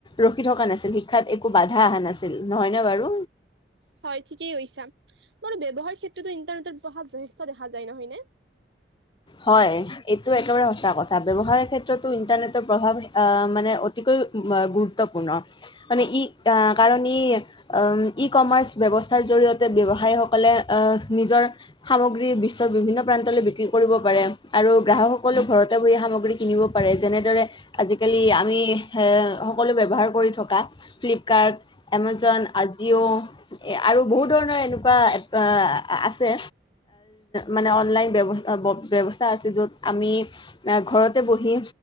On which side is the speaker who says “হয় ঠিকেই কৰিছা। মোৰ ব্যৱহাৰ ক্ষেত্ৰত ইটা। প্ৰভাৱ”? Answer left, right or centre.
Right